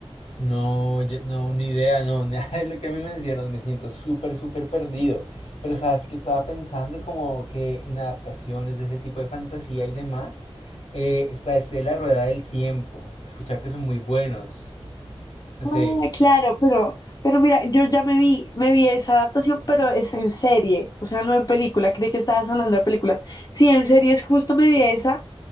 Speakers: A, on the left; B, on the left.
A: No, yo- no, ni idea, no, <laughs> nada de lo que me mencionas, me siento súper, súper perdido. Pero sabes que estaba pensando como que en adaptaciones de ese tipo de fantasía y demás, eh, está este de La Rueda del Tiempo. He escuchado que son muy buenos. No
B: Ah,
A: sé,
B: claro, pero, pero mira, yo ya me vi, me vi esa adaptación, pero es en serie, o sea, no en película. Creí que estabas hablando de películas. Sí, en serie es justo me vi esa.